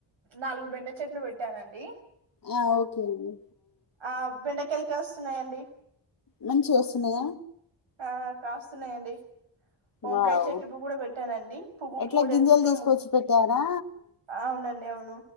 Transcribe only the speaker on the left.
ఆ ఓకే అండి
మంచి వస్తున్నాయా
వావ్
ఎట్లా
గింజలు
తీసుకొచ్చి పెట్టారా